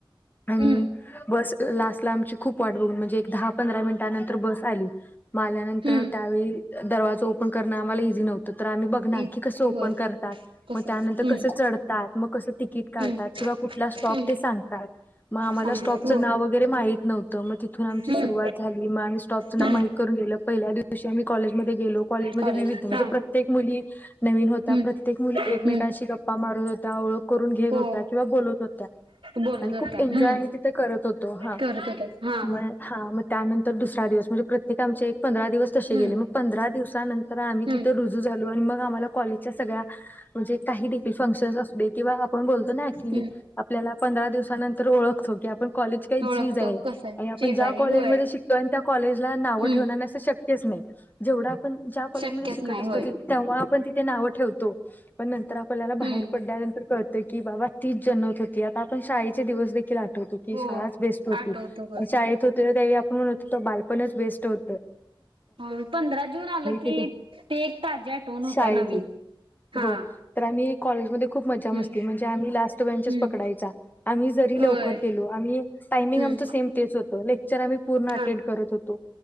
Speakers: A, on the left (about 20°); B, on the right (about 75°).
A: आणि
B: हम्म,
A: बस लास्ट ला आमची खूप वाट बघून म्हणजे एक दहा पंधरा मिनिटानंतर बस आली. म आल्या नंतर
B: हम्म.
A: त्यावेळी दरवाजा ओपन करणं आम्हाला इझी नव्हतं तर आम्ही बघ ना
B: तेच
A: की कस ओपन
B: ते, होय.
A: करतात
B: कसं
A: व त्यानंतर
B: हम्म,
A: कसे चढतात मग कसं तिकीट काढतात
B: हम्म,
A: किंवा कुठला स्टॉप
B: हम्म.
A: ते सांगतात मग आम्हाला
B: सांगतात
A: स्टॉप च
B: होय.
A: नाव वगैरे माहीत न्हवत मग तिथून आमची
B: हम्म,
A: सुरुवात झाली. मी म स्टॉपचं नाव
B: हम्म.
A: माहीत करून गेलं पहिल्या दिवशी आम्ही कॉलेजमध्ये गेलो. कॉलेजमध्ये
B: कॉलेज
A: विविध म्हणजे
B: हा,
A: प्रत्येक मुली नवीन होता
B: हम्म,
A: प्रत्येक मुली एकमेकांशी
B: हम्म.
A: गप्पा गप्पा मारत होत्या ओळख करून घेत
B: हो,
A: होत्या किंवा बोलत होत्या
B: बोलत
A: आणि
B: होत्या.
A: खूप एन्जॉय
B: हम्म,
A: मी तिथे करत होतो. हो हा
B: करत होत्या. हा,
A: म हा त्यानंतर दुसरा दिवस म्हणजे प्रत्येक आमच्या एक पंधरा दिवस तसे
B: हम्म,
A: गेले मग पंधरा दिवसानंतर आम्ही
B: हम्म,
A: तिथे रुजू झालो आणि मग आम्हाला कॉलेज चे सगळ्या म्हणजे काही दे फंक्शन असुदे किंवा आपण बोलतो ना कि
B: हम्म.
A: आपल्याला पंधरा दिवसानंतर ओळखतो की आपण कॉलेज के झीज
B: ओळखतो
A: आहे
B: कसं
A: आणि आपण
B: चीज
A: ज्या
B: आहे.
A: कॉलेजमध्ये
B: होय.
A: शिकतो आणि त्या कॉलेज ला नाव
B: हम्म,
A: ठेवणं अस शक्य शक्यच नाही जेवढा आपण ज्या कॉलेजमध्ये
B: शक्यच
A: शिकत
B: नाही.
A: असतो
B: होय.
A: की तेव्हा आपण तिथे नाव ठेवतो पण नंतर आपल्याला बाहेर
B: हम्म,
A: पडल्यानंतर कळ कळतं की बाबा तीच जन्मत होती आता आपण शाळेचे दिवस देखील आठवतो की
B: होय.
A: शाळा बेस्ट होती
B: आठवतो होय.
A: शाळेत होते त्या आपण म्हणतो बालपणच बेस्ट होत.
B: हो पंधरा जून आलं की
A: तिथे
B: ते एक ताज्या आठवण होत्या
A: शाळेच
B: नवीन. हा,
A: हो तर आम्ही कॉलेजमध्ये खूप मजा मस्ती
B: हम्म,
A: म्हणजे आम्ही लास्ट बेंचच
B: हम्म.
A: पकडायचा. आम्ही जरी
B: होय.
A: लवकर गेलो आम्ही टायमिंग
B: हम्म.
A: आमच सेम तेच होत. लेक्चर आम्ही पर्ण
B: हा
A: अटेंड करत होतो